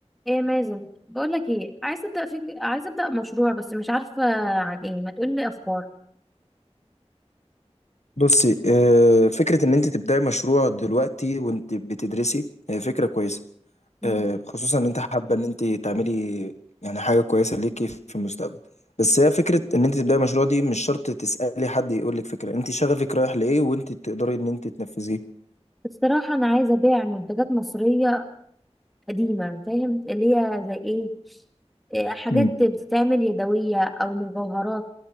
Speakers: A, in the centre; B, on the left.
A: ايه يا مازن بقول لك ايه عايزه ابدا فكر عايزه ابدا مشروع بس مش عارفه عن ايه ما تقول لي افكار
B: بصي آه، فكرة إن أنت تبدأي مشروع دلوقتي وأنت بتدرسي هي فكرة كويسة
A: مم.
B: آه، خصوصا إن أنت حابة إن أنت تعملي يعني حاجة كويسة ليكي في المستقبل بس هي فكرة إن أنت تبدأي مشروع دي مش شرط تسألي حد يقولك فكرة أنت شغفك رايح لإيه وأنت تقدري إن أنت تنفذيه
A: الصراحه انا عايزه ابيع منتجات مصريه قديمه فاهم اللي هي زي ايه إيه، حاجات
B: مم.
A: بتتعمل يدويه او مجوهرات